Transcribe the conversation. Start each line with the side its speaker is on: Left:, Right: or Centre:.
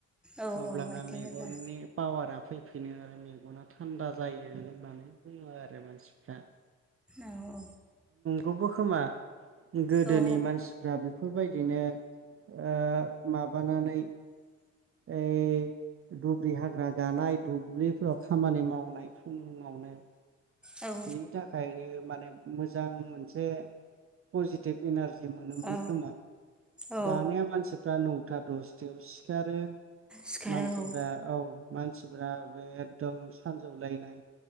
Centre: औ
Right: अब्लाना
Centre: औ आथिं
Right: मेगननि
Centre: गोजा
Right: पावारा फै फिनो आरो मेगना थान्दा जायो होननानै बुङो आरो मानसिफ्रा।
Centre: औ औ।
Right: गबो खोमा। गोदोनि
Centre: औ
Right: मानसिफ्रा बेफो फोरबायदिनो ओ माबानानै ऐ दुब्रि हाग्रा गानाय दुब्लिफोराव खामानि मावनाय फुङावनो
Centre: औ
Right: बिनि थाखायनो माने मोजां मोनसे पजिटिभ इनारज जि मोनोमोन
Centre: औ
Right: खोमा
Centre: औ
Right: दानिया मानसिफ्रा न था दसथायाव सि खारो
Centre: सिखारो
Right: मानसिफ्रा
Centre: औ
Right: औ। मानसिफ्रा बे एकदम स सानजौलायनाय